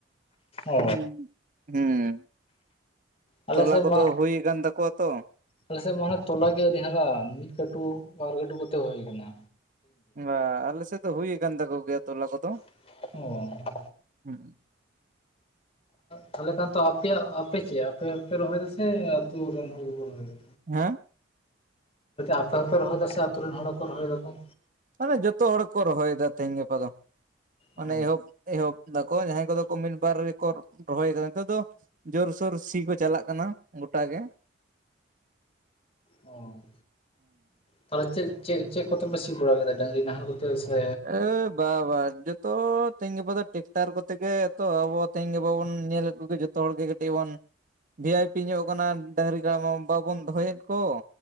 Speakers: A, on the left (about 30°); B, on the right (about 45°).
A: ᱚ
B: ᱦᱩᱸ ᱦᱮᱸ <inaudible>
A: ᱟᱞᱮ
B: ᱛᱚᱞᱟ
A: ᱥᱮᱫ
B: ᱠᱚᱫᱚ
A: ᱢᱟ
B: ᱦᱩᱭ ᱟᱠᱟᱱ ᱛᱟᱠᱚᱣᱟ ᱛᱚ᱾
A: ᱟᱞᱮ ᱥᱮᱫ ᱢᱟᱱᱮ ᱛᱚᱞᱟ ᱜᱮ ᱟᱹᱣᱨᱤ ᱦᱟᱨᱟ ᱢᱤᱫ ᱠᱟᱹᱴᱩᱵ ᱵᱟᱨ ᱠᱟᱹᱴᱩᱵ ᱠᱚᱛᱮ ᱦᱩᱭ ᱟᱠᱟᱱᱟ᱾
B: ᱟ ᱟᱞᱮ ᱥᱮᱫ ᱫᱚ ᱦᱩᱭ ᱟᱠᱟᱱ ᱛᱟᱠᱚ ᱜᱮᱭᱟ ᱛᱚᱞᱟ ᱠᱚᱫᱚ᱾
A: <unintelligible>
B: <unintelligible>
A: ᱛᱟᱦᱚᱞᱮ ᱠᱷᱟᱱ ᱛᱚ ᱟᱯᱮᱭᱟᱜ ᱟᱯᱮ ᱪᱮᱫ ᱟᱯᱮᱯᱮ ᱨᱚᱦᱚᱭ ᱫᱟ ᱥᱮ ᱟᱹᱛᱩ ᱨᱮᱱ ᱦᱚᱲ ᱜᱮᱠᱚ ᱨᱚᱦᱚᱭ ᱫᱟ?
B: ᱦᱮᱸ
A: ᱟᱯᱮ ᱦᱚᱸᱯᱮ ᱨᱚᱦᱚᱭᱮᱫᱟ ᱥᱮ ᱟᱛᱩ ᱨᱮᱱ ᱦᱚᱲ ᱦᱚᱸᱠᱚ ᱨᱚᱦᱚᱭ ᱫᱟᱠᱚ?
B: ᱢᱟᱱᱮ ᱡᱚᱛᱚ ᱦᱚᱲ ᱠᱚ ᱨᱚᱦᱚᱭᱮᱫᱟ ᱛᱮᱦᱤᱧ ᱜᱟᱯᱟ ᱫᱚ
A: ᱚ
B: ᱚᱱᱮ ᱮᱦᱳᱠ ᱮᱦᱳᱠ ᱫᱟᱠᱚ ᱡᱟᱦᱟᱸᱭ ᱠᱚᱫᱚ ᱠᱚ ᱢᱤᱫ ᱵᱟᱨ ᱨᱮᱠᱚ ᱨᱚᱦᱚᱭ ᱟᱠᱟᱫᱟ ᱱᱤᱛᱚᱜ ᱫᱚ ᱡᱳᱨᱥᱳᱨ ᱥᱤ ᱠᱚ ᱪᱟᱞᱟᱜ ᱠᱟᱱᱟ ᱜᱚᱴᱟ ᱜᱮ
A: ᱚ ᱛᱟᱦᱚᱞᱮ ᱪᱮᱫ ᱪᱮᱫ ᱪᱮᱫ ᱠᱚᱛᱮ ᱯᱮ ᱥᱤ ᱵᱟᱲᱟ ᱠᱮᱫᱟ ᱰᱟᱝᱨᱤ ᱱᱟᱦᱮᱞ ᱠᱚᱛᱮ? ᱥᱮ
B: ᱮ ᱵᱟ ᱵᱟ ᱡ <inaudible> ᱛᱚ ᱛᱮᱦᱤᱧ ᱜᱟᱯᱟ ᱫᱚ ᱴᱮᱠᱴᱟᱨ ᱠᱚᱛᱮ ᱜᱮ ᱛᱚ ᱟᱵᱚ ᱛᱮᱦᱤᱧ ᱜᱟᱯᱟ ᱵᱚᱱ ᱧᱮᱞᱮᱫ ᱠᱚᱜᱮ ᱡᱚᱛᱚ ᱦᱚᱲᱜᱮ ᱠᱟᱹᱴᱤᱡ ᱵᱚᱱ ᱵᱷᱤ ᱟᱭ ᱯᱤ ᱧᱚᱜ ᱟᱠᱟᱱᱟ ᱰᱟᱹᱝᱨᱤ ᱠᱟᱰᱟ ᱢᱟ ᱵᱟᱵᱚᱱ ᱫᱚᱦᱚᱭᱮᱫ ᱠᱚ᱾